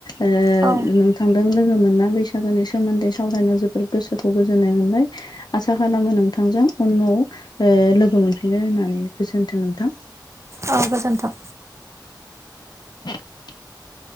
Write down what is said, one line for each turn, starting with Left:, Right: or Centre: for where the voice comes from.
Left: ओ
Right: औ
Left: नों थांजों लोगो मोनना बैसागोनि सोमोन्दै सावरायना जोबोद गोसोखौ गोजोनाय मोनबाय। आसा खालामो नोंथांजों उनआव ओ लोगो मोन <unintelligible> होननानै गोजोन्थों नोंथां।
Right: औ गोजोन्थों।
Left: <inaudible>